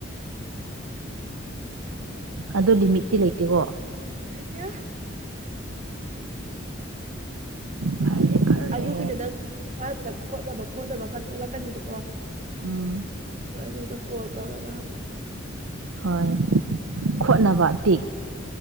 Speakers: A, on the right; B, on the right.
A: ꯑꯗꯣ ꯂꯤꯃꯤꯠꯇꯤ ꯂꯩꯇꯦꯀꯣ
B: ꯑꯩꯇ
A: ꯐꯔꯦ ꯐꯔꯦ
B: ꯑꯗꯨꯒꯤꯗ ꯅꯪ ꯑꯍꯥꯟꯕꯗ ꯈꯣꯠꯅꯕ ꯈꯣꯠꯅꯕ ꯈꯔ ꯊꯣꯛꯂꯛꯀꯅꯤꯕꯀꯣ
A: ꯎꯝ
B: ꯕꯨꯗ ꯀꯣꯣ ꯇꯔ ꯀꯕꯨ
A: ꯍꯣꯏ ꯈꯣꯠꯅꯕ ꯇꯤꯦꯛ